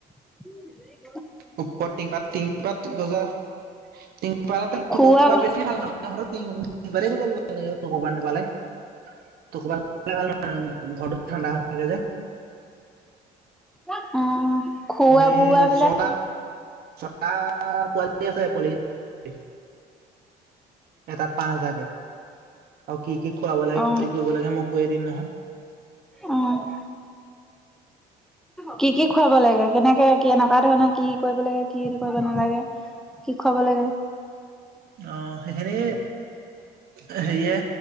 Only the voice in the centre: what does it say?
<unintelligible>
খুৱাব
অ'! খোৱা-বোৱা
বিলাক?
অ
অ'! কি কি খুৱাব লাগে? কেনেকে, কেনকা ধৰণৰ, কি কৰিব লাগে, কি কৰিব নালাগে? কি খোৱাব লাগে?